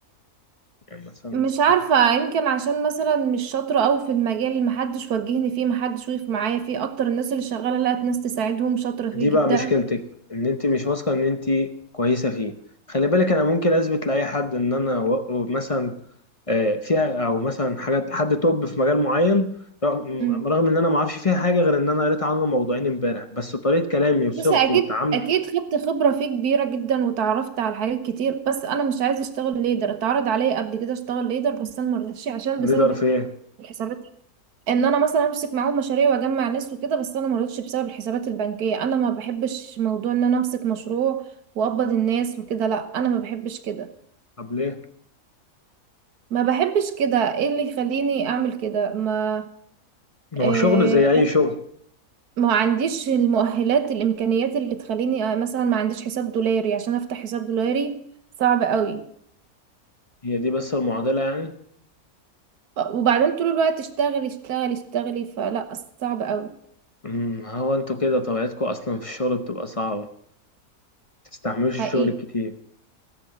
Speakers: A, on the left; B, on the right.
A: يعني مثلا مش
B: مش عارفة يمكن عشان مثلا مش شاطرة أوي في المجال اللي محدش وجهني فيه محدش وقف معايا فيه أكتر الناس اللي شغالة لقت ناس تساعدهم شاطرة فيه
A: دي
B: جدا
A: بقى مشكلتك ان انت مش واثقة ان انت كويسة فيه خلي بالك انا ممكن اثبت لاي حد ان انا و- مثلا آه، فيها او مثلا حاجات حد توب في مجال معين رغم
B: امم
A: رغم ان انا ما اعرفش فيها حاجه غير ان انا قريت عنه موضوعين امبارح بس طريقه كلامي وصيغتي
B: بس أكيد
A: والتعامل
B: أكيد خدت خبرة فيه كبيرة جدا وتعرفت على حاجات كتير بس أنا مش عايزة أشتغل ليدر اتعرض عليا قبل كده أشتغل ليدر بس أنا مرضتش عشان
A: ليدر
B: بسبب
A: في ايه
B: الحسابات ان انا مثلا امسك معاهم مشاريع واجمع ناس وكده بس انا ما رضيتش بسبب الحسابات البنكيه انا ما بحبش موضوع ان انا امسك مشروع واقبض الناس وكده لا انا ما بحبش كده
A: طب ليه
B: ما بحبش كده ايه اللي يخليني اعمل كده ما
A: ما
B: إيه
A: هو شغل زي اي شغل
B: ما عنديش المؤهلات الامكانيات اللي تخليني آه، مثلا ما عنديش حساب دولاري عشان افتح حساب دولاري صعب قوي
A: هي دي بس المعضله يعني
B: وبعدين طول الوقت اشتغلي اشتغلي اشتغلي فلا صعب قوي
A: امم هو انتوا كده طبيعتكم اصلا في الشغل بتبقى صعبه تستحملوش
B: حقيقي
A: الشغل الكتير